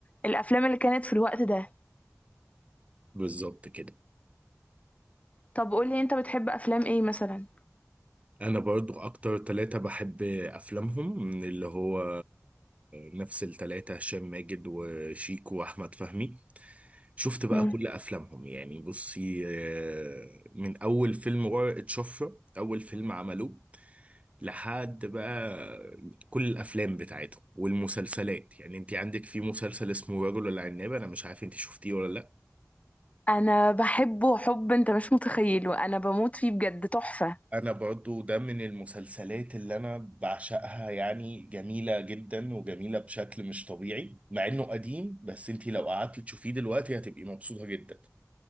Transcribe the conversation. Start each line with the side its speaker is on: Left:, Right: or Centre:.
Left: الافلام اللي كانت في الوقت ده
Right: بالظبط كده
Left: طب قولي انت بتحب افلام ايه مثلا
Right: انا برضو اكتر ثلاثة بحب افلامهم من اللي هو نفس الثلاثة هشام ماجد وشيكو واحمد فهمي شفت بقى
Left: مم.
Right: كل افلامهم يعني بصي آه، من اول فيلم ورقة شفرة اول فيلم عملوه لحد بقى كل الافلام بتاعتهم والمسلسلات يعني انت عندك في مسلسل اسمه رجل العناب انا مش عارف انت شفتيه ولا لا
Left: انا بحبه حب انت مش متخيله انا بموت فيه بجد تحفه
Right: انا برضو ده من المسلسلات اللي انا بعشقها يعني جميلة جدا وجميلة بشكل مش طبيعي مع انه قديم بس انتي لو قعدتي تشوفيه دلوقتي هتبقي مبسوطة جدا